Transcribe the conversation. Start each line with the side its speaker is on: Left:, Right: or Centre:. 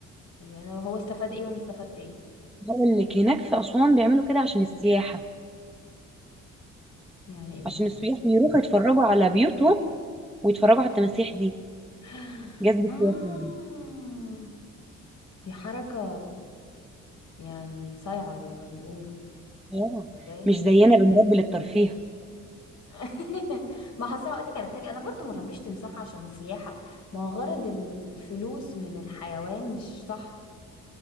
Left: يعني انا هو استفاد ايه وانا استفدت ايه
Centre: هقول لك هناك في أسوان بيعملوا كده عشان السياحة
Left: يعني ايه
Centre: عشان السياح بيروحوا يتفرجوا على بيوتهم ويتفرجوا على التماسيح دي
Left: <laughs>
Centre: جذب
Left: آه
Centre: سياحي يعني
Left: دي حركة يعني صايعة زي ما بيقولوا
Centre: اه
Left: تصدقي
Centre: مش زينا بنربي للترفيه
Left: <laughs> ما حصل هقولك على حاجة أنا برضو ما ربيش تمساح عشان سياحة ما هو غرض الفلوس من الحيوان مش صح